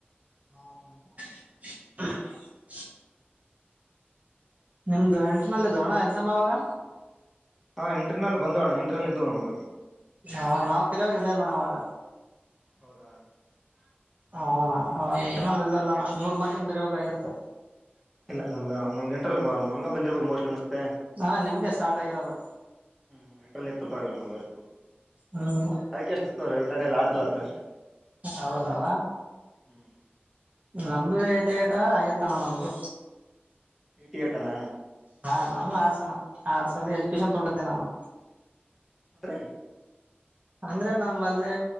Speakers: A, on the right (about 35°); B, in the centre.
A: <unintelligible> ನಿಮ್ದು ಇಂಟರ್ನಲ್ ಇದೋಣ ಎಕ್ಸಾಮ್ ಯಾವಾಗ
B: ಇಂಟರ್ನಲ್ ಬಂದೋಣ ಇಂಟರ್ನಲ್ ಇದವು ನಮ್ಗೆ
A: ಹಾ ನಾವು ಕಲಿಯಾಗ ಇರ್ಲಿಲ್ಲ ಅಣ್ಣ ಅವಾಗ
B: ಹೌದಾ
A: ಹು ಅಣ್ಣ ಅವಾಗ ಇಂಟರ್ನಲ್ ಇರ್ಲಿಲ್ಲ ಅಣ್ಣ ನೂರ್ ಮಾರ್ಕ್ಸ್ಗ್ ಬರೀಬೇಕಿತ್ತು
B: ಇಲ್ಲ ನಮ ನಮ್ಗೆ ಇಂಟರ್ನಲ್ ನಮ್ಗ ಬಂದಿರ್ಬೋದು ಮೋಸ್ಟ್ಲಿ ಅನಿಸ್ತಾದೆ
A: ಹಾ ನಿಮ್ಗೆ ಸ್ಟಾರ್ಟ್ ಆಗಿರೋದು
B: ಹ್ಮ್ ಇಂಟರ್ನಲ್ ಇತ್ತು ಪರವಾಗಿಲ್ಲ ನ ಎತ್ತು
A: ಹ್ಮ್
B: ಅದಕ್ಕೆ ಎಷ್ಟುೋ ಎಲ್ಲ ಆಟಲತ್ತ ಅಷ್ಟೆ <unintelligible>
A: ಹೌದಲಾ
B: ಹ್ಮ್
A: ನಮ್ದು ಏಟೀ ಏಟಾ ಆಗಿತ್ತಣ ನಮ್ದು
B: ಎಟಿ ಎಟ್ ಅಣ್ಣ
A: ಹಾ ನಾನು ಆರ್ಟ್ಸ್ ಅಣ್ಣ ಆರ್ಟ್ಸ್ ಅಲ್ಲಿ ಎಜುಕೇಶನ್ ತಗೊಂಡಿದ್ದೆ ನಾನು‌.
B: ಅಂದ್ರೆ
A: ಅಂದ್ರೆ ನಮ್ಮಲ್ಲಿ